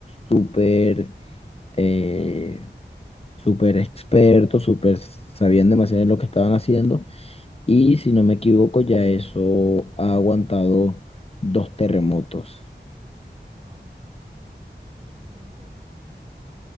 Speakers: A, on the left; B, on the right.
A: súper eh, súper expertos, súper sabían demasiado de lo que estaban haciendo. Y si no me equivoco, ya eso ha aguantado dos terremotos.
B: wow, wow, súper interesante.